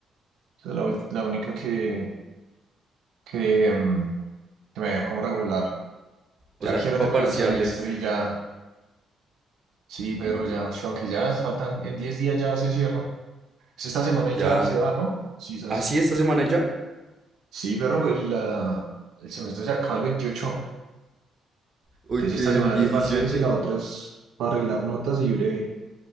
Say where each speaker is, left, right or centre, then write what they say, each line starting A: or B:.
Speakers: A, on the right; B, on the right.
A: Esa es la, ul- la única que, que, mm, que me veo como regular.
B: o
A: Ya
B: sea,
A: quiero
B: que para
A: terminar
B: parciales,
A: el semestre y ya, sí,
B: sí,
A: Pedro, ya, sh- aunque ya faltan, en 10 días ya se cierra. Es esta semana
B: ya,
A: y ya se va, ¿no? Sí, esas-
B: así esta semana ya,
A: sí, Pedro, el la- el semestre se acaba el 28.
B: hoy
A: Entonces
B: que
A: esta semana
B: es 17,
A: es de parciales y la otra es para arreglar notas y breve.